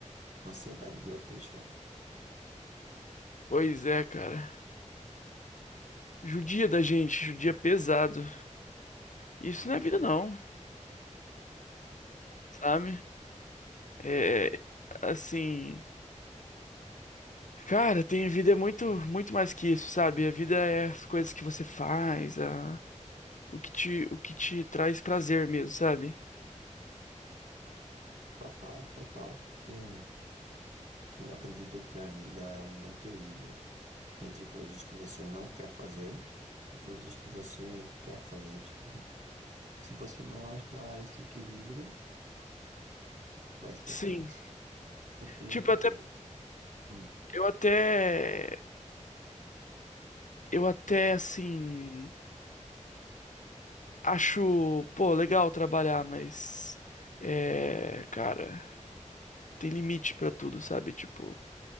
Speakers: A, on the right; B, on the left.
A: Ansiedade grotesca.
B: Pois é, cara. Judia da gente, judia pesado. Isso não é vida, não, sabe? É, assim. Cara, tem a vida é muito, muito mais que isso, sabe? A vida é as coisas que você faz, a, o que te, o que te traz prazer mesmo, sabe?
A: Total, total. Porque eu acredito que a vida é um equilíbrio entre coisas que você não quer fazer e coisas que você quer fazer. Tipo, né? se você não achar esse equilíbrio, vai ser
B: Sim.
A: tenso. Porque,
B: Tipo,
A: tipo,
B: até
A: hum,
B: Eu até. Eu até, assim. Acho, pô, legal trabalhar, mas. É. Cara, tem limite pra tudo, sabe? Tipo,